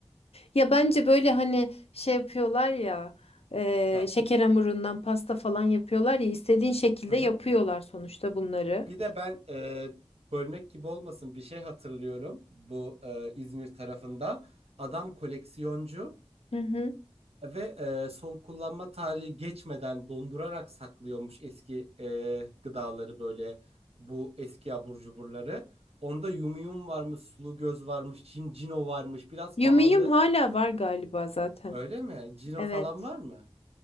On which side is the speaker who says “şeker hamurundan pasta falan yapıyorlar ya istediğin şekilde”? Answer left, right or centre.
Left